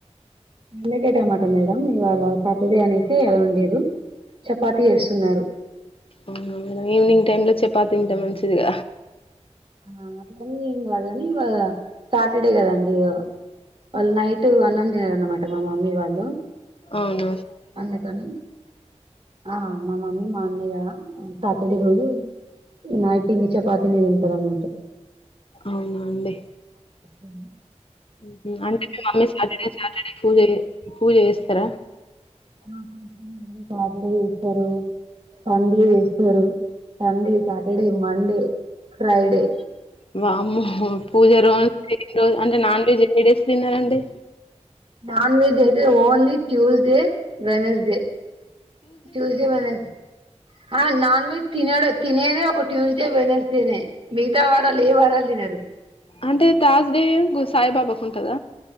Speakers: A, on the right; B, on the left.
A: <unintelligible> మాట మేడం ఇయాళ సాటడే అనేసి ఎవరూ లేరు. చపాతి ఏసున్నారు.
B: <unintelligible> ఈవినింగ్ టైం లొ చపాత్ తింటె మంచిదిగ.
A: ఆ అట్లని ఏం గాదు గాని ఇవా సాటడే గదండిగ. వాళ్ నైట్ అన్నం జెయ్రన్నమాట మా మమ్మీ వాళ్ళు
B: ఔన
A: అందుకనీ ఆ మ మమ్మీ మా అన్నయ్య సాటడే రోజు నైటింగ్ చపాతి దింటారన్
B: ఔనా అండి.
A: ఉమ్.
B: ఊహు అంటె మి మమ్మీ సాటడే సాటడే పూజ జే పూజ జేస్తర.
A: <unintelligible> సాటడే జేస్తారు <unintelligible> ఏస్తారు. Sunday Saturday Monday Friday.
B: వామ్మో పూజ రోజ్ ఎన్ని రోజ్ అంటె నాన్వెజ్ ఎన్నిడేస్ దినరండి.
A: నాన్వెజైతె only Tuesday Wednesday Tuesday Venus ఆ నాన్వెజ్ తినడు తినేదె ఒక ట్యూస్డే వెనస్డేనే మిగ్తా వారాల్ ఏ వారాల్ దినరు.
B: అంటే తాజ్డే గు సాయ్బాబా కుంటంద.